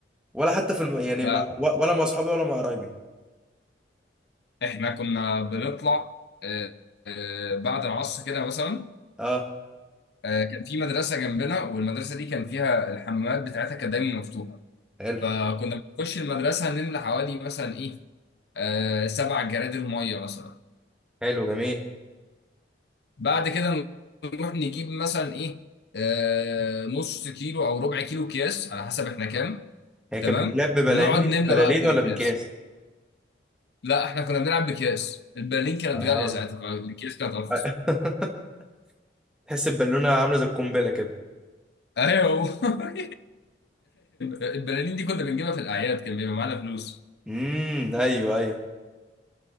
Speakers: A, in the centre; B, on the left.
A: ولا حتى في الم... يعني
B: ده
A: ما... ولا مع اصحابي ولا مع قرايبي
B: احنا كنا بنطلع آه، آه، بعد العصر كده مثلا
A: اه
B: آه، كان في مدرسه جنبنا والمدرسه دي كان فيها الحمامات بتاعتها كانت دايما مفتوحه
A: حلو
B: فكنا بنخش المدرسه نملى حوالي مثلا ايه آه، سبع جرادل ميه مثلا
A: حلو جميل
B: بعد كده نروح نجيب مثلا ايه آه، نص كيلو او ربع كيلو اكياس على حسب احنا كام
A: هي
B: تمام
A: كانت بتتلعب ببلالين
B: ونقعد نملى
A: بلالين
B: بقى في
A: ولا
B: الاكياس
A: بكاس
B: لا احنا كنا بنلعب باكياس البرلين كانت
A: اه
B: غاليه ساعتها فالاكياس كانت ارخص
A: <laughs> تحس البالونه عامله زي القنبله كده
B: ايوه <laughs> هو البلالين دي كنا بنجيبها في الاعياد كان بيبقى معانا فلوس
A: امم ايوه ايوه